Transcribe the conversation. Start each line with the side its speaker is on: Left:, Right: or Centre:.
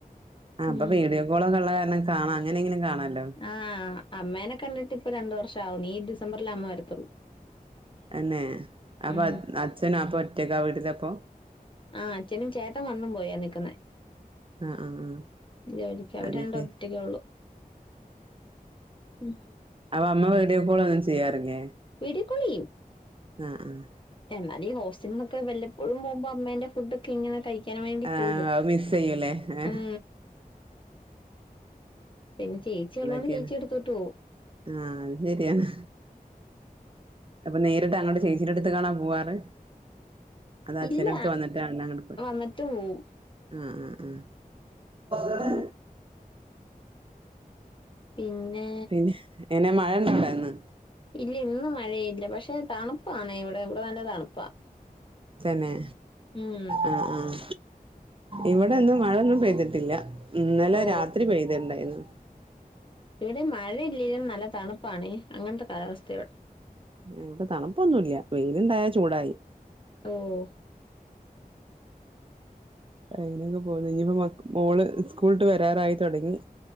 Right: ആഹ്
Left: ഉം
Right: ഇപ്പൊ വീഡിയോ കോളൊക്കെള്ള കാരണം കാണാ അങ്ങനെ എങ്കിലും കാണാല്ലോ
Left: ആഹ് അമ്മേനെ കണ്ടിട്ട് ഇപ്പ രണ്ടു വർഷം ആവുന്നു ഈ ഡിസംബറില് അമ്മ വരത്തുള്ളൂ
Right: അന്നെ അപ്പൊ
Left: ഉം
Right: അഹ് അച്ഛന് അപ്പൊ ഒറ്റക്കാ വീട്ടിലാപ്പൊ
Left: ആഹ് അച്ഛനും ചേട്ടൻ വന്നും പോയാ നിക്കുന്നെ
Right: ആഹ് ആഹ് ആഹ്
Left: ജോലിക്ക് അവര്
Right: അത്
Left: രണ്ടും
Right: ശരി
Left: ഒറ്റൊക്കൊള്ളൂ ഉം
Right: അവ അമ്മ വീഡിയോ കോളൊന്നും ചെയ്യാറില്ലേ?
Left: വീഡിയോ കോള് ചെയ്യും
Right: ആഹ്‌ ആഹ്
Left: എന്നാലു ഈ ഹോസ്റ്റലിന്നൊക്കെ വല്ലപ്പോഴും പോവുമ്പോ അമ്മേന്റെ ഫുഡൊക്കെ ഇങ്ങനെ കഴിക്ക് വേണ്ടി
Right: ആഹ്
Left: പോവൂല്ലോ
Right: ആഹ് അത് മിസ് ചെയ്യൂല്ലേ ഏഹ്
Left: ഉം പിന്നെ ചേച്ചി
Right: അതൊക്കെയാണ്
Left: ഒള്ളൊണ്ട് ചേച്ചിടെടുത്തോട്ട് പോവും
Right: ആഹ് അത് ശരിയാണ് അപ്പൊ നേരിട്ട് അങ്ങട്ട് ചേച്ചിൻ്റെ അടുത്ത്ക്കാണാ പോവാറ് അതാ അച്ഛൻ്റടുത്ത്
Left: ഇല്ല
Right: വന്നിട്ട് അങ്ങനേ അങ്ങട് പോയി
Left: വന്നിട്ട് പോവും
Right: ആഹ് അഹ് അഹ്
Left: ഉം പിന്നെ
Right: പിന്നെ എങ്ങനെ മഴണ്ടോ അവടെ ഇന്ന്
Left: ഇല്ല ഇന്ന് മഴയില്ല. പക്ഷേ തണുപ്പാണെവിടെ ഇവിടെ നല്ല തണുപ്പാ
Right: തന്നെ
Left: ഉം
Right: ആഹ് ആഹ് ഇവിടെന്ന് മഴൊന്നും പെയ്തിട്ടില്ല. ഇന്നലെ
Left: ഓ
Right: രാത്രി പെയ്ത്ട്ടുണ്ടായിരുന്നു
Left: ഇവിടേം മഴയില്ലേലും നല്ല തണുപ്പാണേ. അങ്ങത്തെ കാലാവസ്ഥയാ ഇവടെ
Right: ഞങ്ങക്ക് തണുപ്പൊന്നുംല്ല വെയില്ണ്ടായ ചൂടായി
Left: ഓഹ്
Right: അയിനൊക്കെ പോന്നു ഇഞ്ഞിപ്പോ മക്ക് മോള് സ്കൂള്ട്ട് വരാറായി തൊടങ്ങി.